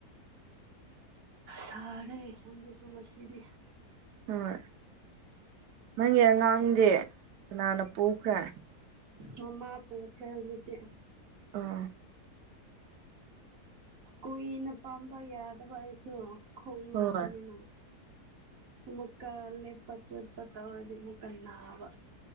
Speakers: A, on the right (about 60°); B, on the right (about 85°).
A: ꯁꯥꯔꯦ ꯁꯣꯝꯗꯁꯨ ꯉꯁꯤꯗꯤ
B: ꯍꯣꯏ ꯅꯪꯒꯤ ꯑꯉꯥꯡꯗꯤ ꯀꯅꯥꯅ ꯄꯨꯈ꯭ꯔꯦ
A: ꯃꯃꯥ ꯄꯨꯈ꯭ꯔꯦ ꯍꯧꯖꯤꯛꯇꯤ
B: ꯑꯥ
A: ꯀꯨꯏꯅ ꯄꯝꯕ ꯌꯥꯗꯕ ꯑꯩꯁꯨ ꯈꯣꯡ ꯅꯥꯕꯅꯤꯅ
B: ꯍꯣꯏ
A: ꯃꯨꯛꯀ ꯂꯦꯞ ꯆꯠꯄ ꯇꯧꯔꯗꯤ ꯃꯨꯛꯀ ꯅꯥꯕ